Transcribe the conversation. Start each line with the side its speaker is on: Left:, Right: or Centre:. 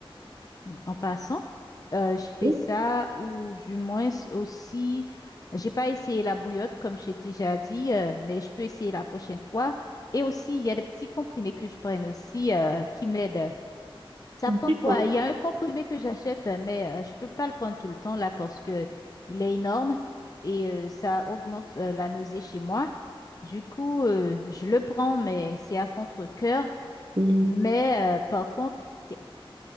Left: en passant. Euh, je fais
Right: Oui,
Left: ça ou du moins s- aussi, j'ai pas essayé la bouillotte comme j'ai déjà dit, euh, mais je peux essayer la prochaine fois. Et aussi, il y a des petits comprimés que je prenne aussi euh, qui m'aident. Ça prend
Right: D'accord.
Left: quoi? Il y a un comprimé que j'achète, mais euh, je peux pas le prendre tout le temps là parce que il est énorme et euh, ça augmente euh, la nausée chez moi. Du coup, euh, je le prends, mais c'est à contre-cœur.
Right: Hmm.
Left: Mais euh, par contre, c'est